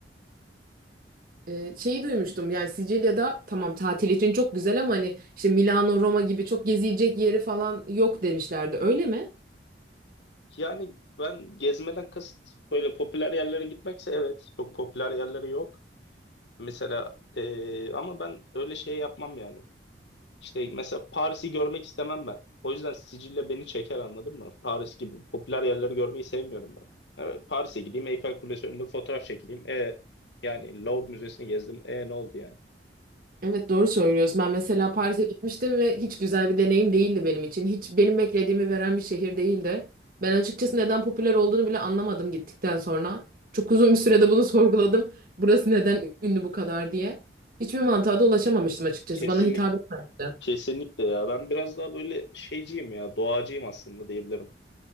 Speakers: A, on the right; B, on the left.
A: Ee, şeyi duymuştum yani Sicilya'da tamam tatil için çok güzel ama hani işte Milano, Roma gibi çok gezilecek yeri falan yok demişlerdi. Öyle mi?
B: Yani ben gezmeden kasıt böyle popüler yerlere gitmekse evet çok popüler yerleri yok. Mesela e, ama ben öyle şey yapmam yani. İşte mesela Paris'i görmek istemem ben. O yüzden Sicilya beni çeker anladın mı? Paris gibi popüler yerleri görmeyi sevmiyorum ben. E, Paris'e gideyim Eyfel Kulesi önünde fotoğraf çekileyim. E, yani Louvre Müzesi'ni gezdim. E ne oldu yani?
A: Evet doğru söylüyorsun. Ben mesela Paris'e gitmiştim ve hiç güzel bir deneyim değildi benim için. Hiç benim beklediğimi veren bir şehir değildi. Ben açıkçası neden popüler olduğunu bile anlamadım gittikten sonra. Çok uzun bir sürede bunu <laughs> sorguladım. Burası neden ünlü bu kadar diye. Hiçbir mantığa da ulaşamamıştım açıkçası.
B: Kesinlikle.
A: Bana hitap etmemişti.
B: Kesinlikle ya. Ben biraz daha böyle şeyciyim ya. Doğacıyım aslında diyebilirim.